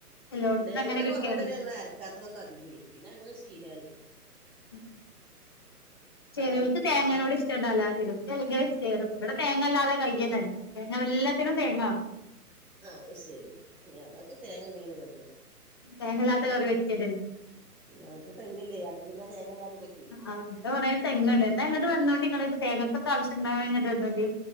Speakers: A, on the left; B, in the centre.
A: എല്ലോടത്തുന്നും
B: തേങ്ങൻ്റെ
A: അങ്ങനെ കിട്ടിയാറില്ലേ
B: കുറവ്കെണ്ട് ഞങ്ങള് അരക്കാത്തതൊക്കെ അതികു പിന്നെ അങ്ങനെ ശീലായി
A: ഉം ചേലോൽക്ക്
B: അതാണ് പിന്നെ
A: തേങ്ങനോട്
B: ആൾ
A: ഇഷ്ടണ്ടാവില്ല ചേലോൽക്ക് അല്ലെങ്കിലെ <unintelligible> ഇപടെ തേങ്ങ ഇല്ലാതെ കയ്യന്നല്ല തേങ്ങ എല്ലത്തിനും തേങ്ങ വാണം
B: അത് ശരി ഞങ്ങക്ക് തേങ്ങ ഇല്ലങ്കിലും കുഴപ്പ
A: തേങ്ങല്ലാത്ത കറി പറ്റില്ലല്ലോ
B: ഞങ്ങക്ക് തെങ്ങില്ലേ അപ്പം പിന്നെ തേങ്ങ ഇല്ലാതിം പറ്റും
A: ആഹ് ഇവട കുറെ തെങ്ങ് ഇണ്ട് ഇന്നാങ്ങോട്ട് വന്നോണ്ടി ഇങ്ങള് തേങ്ങക്കൊക്കെ ആവശ്യം <unintelligible> വന്നോണ്ടി